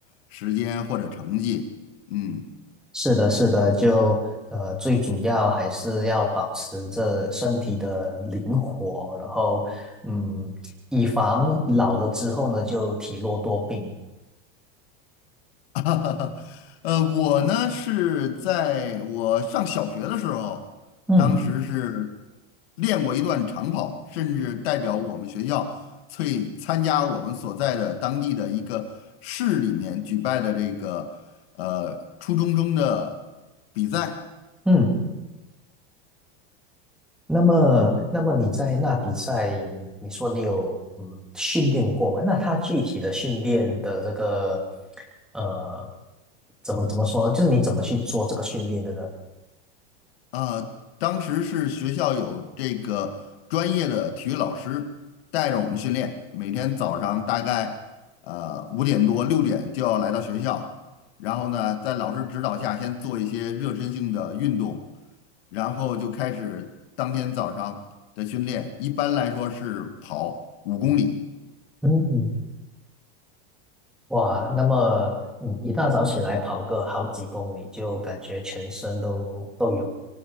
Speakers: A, on the left; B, in the centre.
A: 时间或者成绩。嗯。
B: 是的，是的，就呃，最主要还是要保持着身体的灵活，然后嗯，以防老了之后呢，就体弱多病。
A: <laughs> 呃，我呢是在我上小学的时候，
B: 嗯
A: 当时是练过一段长跑，甚至代表我们学校去参加我们所在的当地的一个市里面举办的这个呃初中生的比赛。
B: 嗯，那么那么你在那比赛，你说你有嗯训练过吗？那他具体的训练的这个呃，怎么怎么说呢？就是你怎么去做这个训练的呢？
A: 呃，当时是学校有这个专业的体育老师带着我们训练，每天早上大概呃五点多六点就要来到学校，然后呢，在老师指导下先做一些热身性的运动，然后就开始当天早上的训练。一般来说是跑五公里，
B: 嗯哇，那么你一大早起来跑个好几公里，就感觉全身都都有，